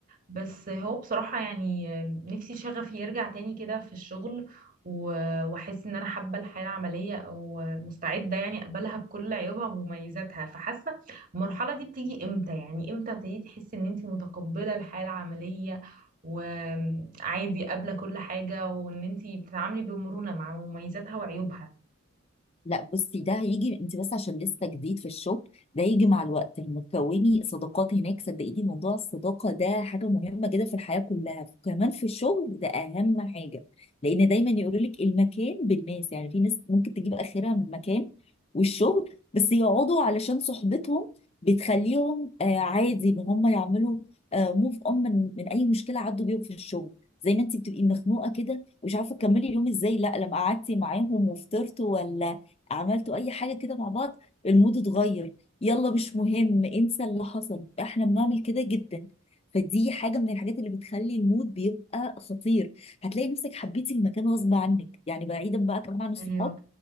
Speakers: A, on the right (about 40°); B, on the left (about 30°).
A: بس هو بصراحة يعني نفسي شغفي يرجع تاني كده في الشغل و- واحس ان انا حابة الحياة العملية او مستعدة يعني اقبلها بكل عيوبها ومميزاتها فحاسة المرحلة دي بتيجي امتى يعني امتى ابتديتي تحسي ان انت متقبلة الحياة العملية وعادي قابلة كل حاجة وان انت بتتعاملي بمرونة مع مميزاتها وعيوبها
B: لا بصي ده هيجي انت بس عشان لسه جديد في الشغل ده يجي مع الوقت لما تكوني صداقات هناك صدقيني موضوع الصداقة ده حاجة مهمة جدا في الحياة كلها كمان في الشغل ده أهم حاجة لأن دايما يقولوا لك المكان بالناس يعني في ناس ممكن تجيب آخرها من مكان والشغل بس يقعدوا علشان صحبتهم بتخليهم آه عادي إن هم يعملوا آه موف أون من, من أي مشكلة عدوا بيهم في الشغل زي ما انت بتبقي مخنوقة كده ومش عارفة تكملي اليوم ازاي لا لما قعدتي معاهم وفطرتوا ولا عملتوا اي حاجه كده مع بعض المود اتغير يلا مش مهم انسى اللي حصل احنا بنعمل كده جدا فدي حاجه من الحاجات اللي بتخلي المود بيبقى خطير هتلاقي نفسك حبيتي المكان غصب عنك يعني بعيدا بقى كمان عن الصحاب
A: ايوه